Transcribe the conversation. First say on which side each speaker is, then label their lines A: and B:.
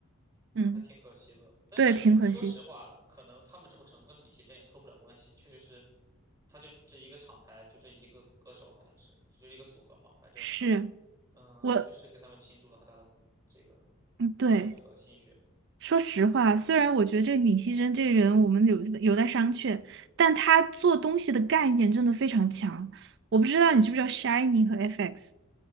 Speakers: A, on the right; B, on the right.
A: 嗯。
B: 还挺可惜的。但是说实话，
A: 对，挺可惜。
B: 可能他们这么成功跟米奇真也脱不了关系，确实是，他就这一个厂牌，就这一个歌手，好像是，就是一个组合嘛，反正，
A: 是
B: 嗯，
A: 我，
B: 确实是给他们倾注了很大的这个
A: 嗯对，
B: 资源和心血。
A: 说实话，虽然我觉得这个闵熙珍这个人，我们有有待商榷，但他做东西的概念真的非常强。我不知道你知不知道 Shiny 和 FX，